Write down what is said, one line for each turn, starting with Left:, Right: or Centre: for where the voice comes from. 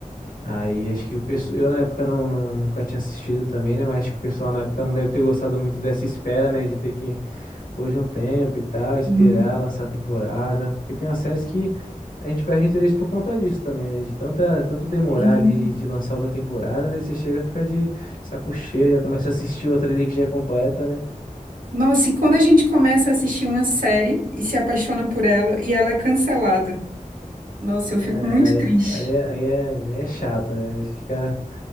Left: Aí acho que o pessoal, eu na época não, não- nunca tinha assistido também, né? Mas acho que o pessoal na época não deve ter gostado muito dessa espera, né? De ter que pôr de um tempo e tal, esperar
Right: Uhum.
Left: lançar a temporada. Porque tem umas séries que a gente perde interesse por conta disso também, né? De tanta, tanto demorar
Right: Sim.
Left: ali de, de lançar outra temporada, né? Você chega, fica de saco cheio, já começa a assistir outra ali que já é completa, né?
Right: Nossa, e quando a gente começa a assistir uma série e se apaixona por ela e ela é cancelada, nossa, eu
Left: É,
Right: fico muito
Left: aí,
Right: triste.
Left: aí, é- aí, é, aí é chato, né? Fica,